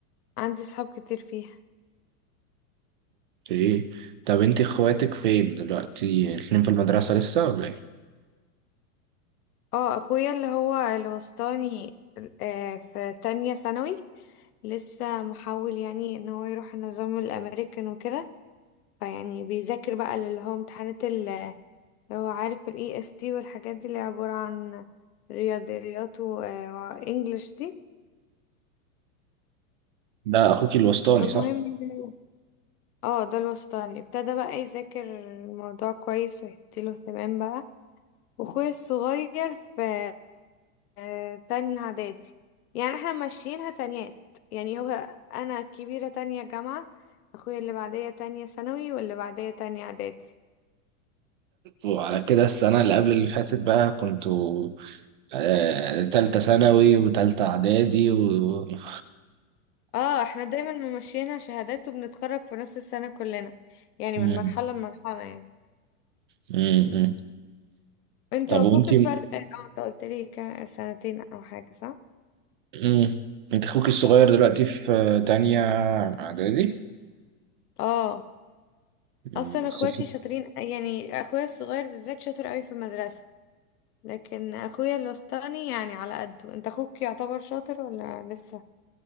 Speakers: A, on the left (about 85°); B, on the right (about 35°).
A: عندي صحاب كتير فيها
B: ايه طب انت اخواتك فين دلوقتي؟ الاتنين في المدرسة لسه ولا ايه؟
A: اه اخويا اللي هو الوسطاني آه، في تانية ثانوي لسه محاول يعني ان هو يروح النظام الامريكان وكده فيعني بيذاكر بقى اللي هو امتحانات ال- اللي هو عارف الاي اس تي والحاجات دي اللي عبارة عن رياضيات و- وانجلش دي
B: ده اخوك الوسطاني
A: المهم
B: صح؟
A: يعني، اه ده الوسطاني ابتدى بقى يذاكر الموضوع كويس ويديله اهتمام بقى واخويا الصغير في آه، تانية اعدادي يعني احنا ماشيينها تانيات يعني هو انا الكبيرة تانية جامعة اخويا اللي بعدية تانية ثانوي واللي بعدية تانية اعدادي
B: وعلى كده السنة اللي قبل اللي فاتت بقى كنتوا آه، تالتة ثانوي وتالتة إعدادي وكله
A: اه احنا دايما ماشيينها شهادات وبنتخرج في نفس السنة كلنا يعني
B: مم.
A: من مرحلة لمرحلة يعني
B: مم. مم.
A: انت
B: طب
A: واخوك
B: وانت
A: الفرق اه انت قلت لي كان سنتين او حاجة صح؟
B: مم. انت اخوك الصغير دلوقتي في تانية إعدادي؟
A: اه
B: مم.
A: اصلا اخواتي
B: صفر
A: شاطرين يعني اخويا الصغير بالذات شاطر قوي في المدرسة لكن اخويا الوسطاني يعني على قده انت اخوك يعتبر شاطر ولا لسه